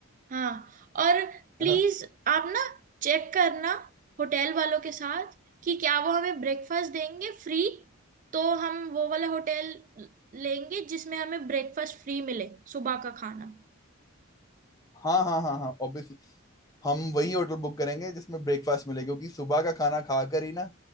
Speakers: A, on the right; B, on the left.
A: हाँ और प्लीज
B: ना
A: आप ना चेक करना होटल वालों के साथ कि क्या वो हमें ब्रेकफास्ट देंगे फ्री तो हम वो वाला होटल लेंगे जिसमें हमें ब्रेकफास्ट फ्री मिले सुबह का खाना
B: हाँ हाँ हाँ हाँ ऑब्वियसली हम वही होटल बुक करेंगे जिसमें ब्रेकफास्ट मिले क्योंकि सुबह का खाना खाकर ही ना